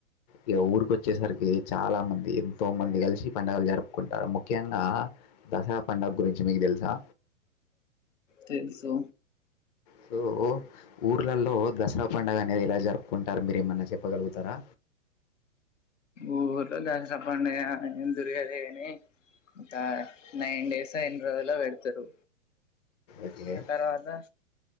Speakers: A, on the left; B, on the left.
A: ఇక ఊరికి వచ్చేసరికి చాలా మంది ఎంతో మంది కలిసి పండుగలు జరుపుకుంటారు ముఖ్యంగా దసరా పండగ గురించి నీకు తెలుసా
B: తెలుసు
A: సో ఊర్లలో దసరా పండుగ అనేది ఎలా జరుపుకుంటారు మీరు ఏమన్నా చెప్పగలుగుతారా
B: ఊర్లో దసరా పండగ ఏమ్ జరగదు కాని ఇంకా నైన్ డేస్ ఎన్ని రోజులో పెడతారు
A: ఓకే
B: ఆ తర్వాత